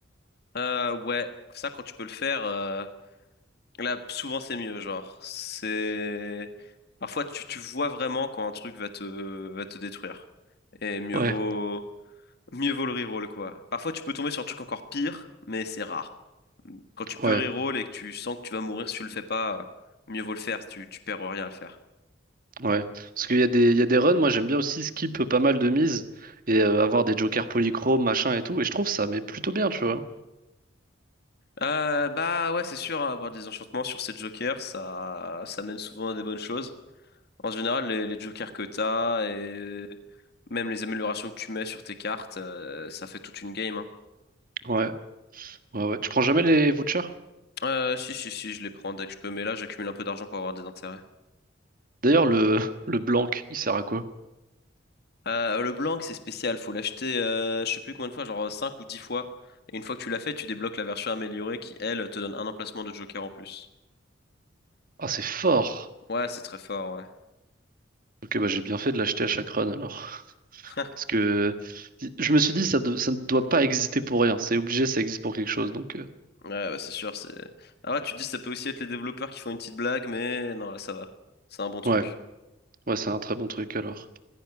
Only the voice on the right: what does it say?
Ouais,
ouais.
Ouais, parce qu'il y a des, il y a des runs, moi j'aime bien aussi skip pas mal de mises et euh, avoir des jokers polychromes, machin et tout, et je trouve ça mais plutôt bien, tu vois.
Ouais, ouais, ouais. Tu prends jamais les vouchers?
D'ailleurs, le, <laughs> le blanc, il sert à quoi?
Ah, c'est fort!
Ok, bah j'ai bien fait de l'acheter à chaque run alors. <laughs>
Parce que je me suis dit, ça, de- ça ne doit pas exister pour rien, c'est obligé, ça existe pour quelque chose, donc euh,
ouais, ouais, c'est un très bon truc alors.